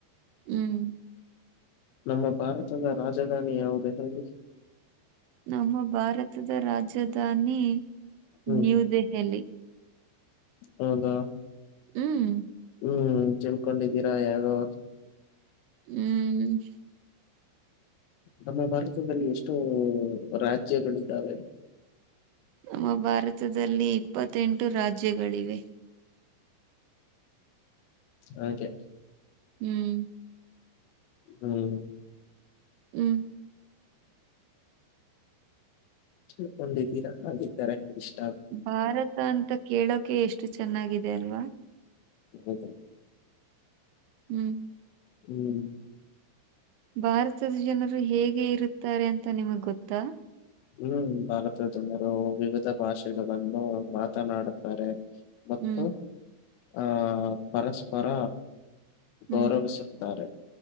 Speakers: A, on the right (about 80°); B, on the left (about 85°).
A: ಹ್ಮ್.
B: ನಮ್ಮ ಭಾರತದ ರಾಜಧಾನಿ ಯಾವುದು ಹೇಳಿ.
A: ನಮ್ಮ ಭಾರತದ ರಾಜಧಾನಿ
B: ಹ್ಮ್
A: ನ್ಯೂ ದೆೆಹಲಿ.
B: ಹೌದಾ
A: ಹ್ಮ್
B: ಹ್ಮ್ ಚೆಲ್ಕೊಂಡಿದಿರಾ ಯಾಗೋ
A: ಹ್ಮ್
B: ನಮ್ಮ ಭಾರತದಲ್ಲಿ ಎಷ್ಟೋ ರಾಜ್ಯಗಳಿದ್ದಾವೆ
A: ನಮ್ಮ ಭಾರತದಲ್ಲಿ ಇಪ್ಪತ್ತೆಂಟು ರಾಜ್ಯಗಳಿವೆ
B: ಹಾಗೆ
A: ಹ್ಮ್
B: ಹ್ಮ್
A: ಹ್ಮ್
B: ತಿಳ್ಕೊಂಡಿದ್ದೀರಾ ಹಾಗಿದ್ದಾರೆ ಇಷ್ಟ
A: ಭಾರತ ಅಂತ ಕೇಳೋಕೆ ಎಷ್ಟು ಚೆನ್ನಾಗಿದೆ ಅಲ್ವಾ
B: ಹೌದು
A: ಹ್ಮ್
B: ಹ್ಮ್
A: ಭಾರತದ ಜನರು ಹೇಗೆ ಇರುತ್ತಾರೆ ಅಂತ ನಿಮಗ್ ಗೊತ್ತಾ
B: ಹ್ಮ್ ಭಾರತದ ಜನರು ವಿವಿಧ ಭಾಷೆಗಳನ್ನು ಮಾತನಾಡುತ್ತಾರೆ ಮತ್ತು
A: ಹ್ಮ್
B: ಆಹ ಪರಸ್ಪರ
A: ಹ್ಮ್
B: ಗೌರವಿಸುತ್ತಾರೆ